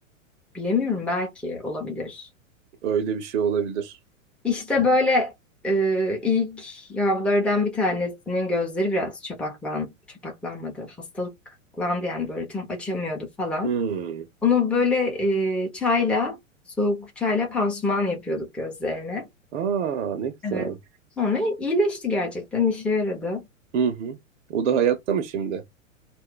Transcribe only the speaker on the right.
Öyle bir şey olabilir.
Hmm.
Aa, ne güzel.
Hı hı. O da hayatta mı şimdi?